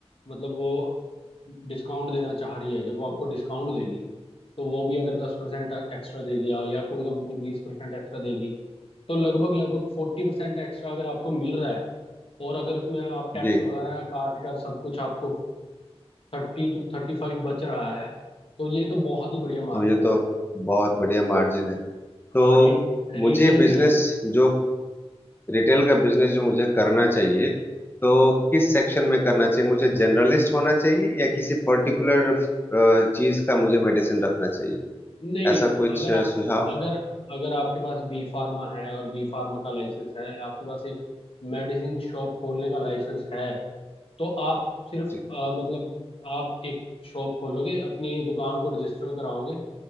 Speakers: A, on the left; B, on the left.
A: मतलब वो डिस्काउंट देना चाह रही है जब वो आपको डिस्काउंट देगी तो वो भी अगर दस परसेंट एक्स्ट्रा दे दिया या कोई कंपनी बीस परसेंट एक्स्ट्रा देगी तो लगभग लगभग फोर्टी परसेंट एक्स्ट्रा अगर आपको मिल रहा है और अगर उसमें आप टैक्स
B: जी
A: वगैरह काट कर सब कुछ आपको थर्टी टू थर्टी फाइव बच रहा है तो ये तो बहुत ही बढ़िया
B: तो
A: मार्जिन
B: ये
A: है
B: तो बहुत बढ़िया मार्जिन है तो
A: हाँ री, रिटेल
B: मुझे बिजनेस
A: में
B: जो रिटेल का बिजनेस जो मुझे करना चाहिए तो किस सेक्शन में करना चाहिए मुझे जनरलिस्ट होना चाहिए या किसी पर्टिकुलर चीज का मुझे मेडिसिन रखना चाहिए
A: नहीं नहीं
B: ऐसा कुछ
A: अगर
B: सुझाव
A: आप अगर अगर आपके पास बी फार्मा है और बी फार्मा का लाइसेंस है आपके पास एक मेडिसिन शॉप खोलने का लाइसेंस है तो आप सिर्फ
B: जी
A: अ, मतलब आप एक शॉप खोलोगे अपनी दुकान को रजिस्टर कराओगे